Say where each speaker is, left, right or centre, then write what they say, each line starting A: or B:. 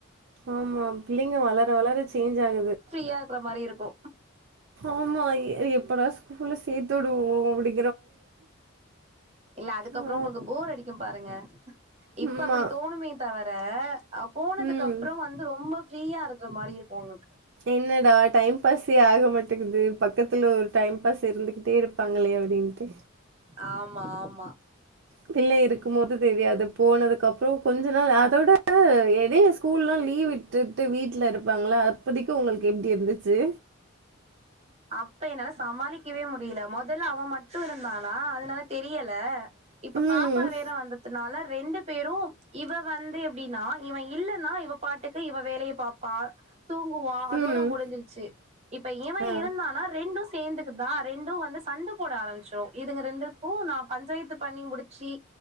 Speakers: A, on the right (about 55°); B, on the right (about 30°).
A: ஆமா பிள்ளைங்க வளர வளர சேஞ்ச் ஆகுது
B: கேக்கற மாரி இருக்கு
A: ஆமா எப்படா ஸ்கூல்ல சேத்துடுவோ அப்டி
B: இல்ல அதுக்கப்றோ
A: ஆ,
B: உங்ளுக்கு போர் அடிக்கு பாருங்க இப்ப
A: ஆமா
B: அப்டி தோணுமே தவர அ போனதுக்கு
A: ம்
B: அப்றோ வந்து ரொம்ப ஃப்ரீயா இருக்கற மாரி இருக்கு உங்ளுக்
A: என்னடா டைம் பாஸே ஆக மாட் ங்குது பக்கத்துல ஒரு டைம் பாஸ் இருந்துகிட்டே இரு பாங்களே அப்டின்ட்டு
B: ஆமா ஆமா
A: பிள்ள இருக்கு போது தெரியாது போனதுக் அப் றோ கொஞ்ச நாள் அதோட எடைல ஸ்கூல்லா லீவ் விட்டுட்டு வீட் லருப்பாங்களா அப்போதைக்கு உங்களுக்கு எப்டி இருந்துச்சு
B: அப்ப என்னால சமாளிக்கவே முடில முதல்ல அவன் மட்டு இருந்தானா அதனால தெரியல இப்ப
A: ம்.
B: பாப்பா வேற வந்ததுனால ரெண்டு பேரு இவ வந்து எப்டின்னா இவன் இல்லைன்னா இவ பாட்டுக்கு இவ வேலைய பாப்பா தூங்குவா அதோட
A: ம்.
B: முடிஞ்சிருச்சு இப்ப இவன்
A: ஆ.
B: இருந்தானா ரெண்டு சே ந்துக்கு தா ரெண்டும் வந்து சண்ட போட ஆரமிச்சிரூ இதுங்க ரெண்டுத்கூ நா பஞ்சாய்த்து பண்ணி முடிச்சி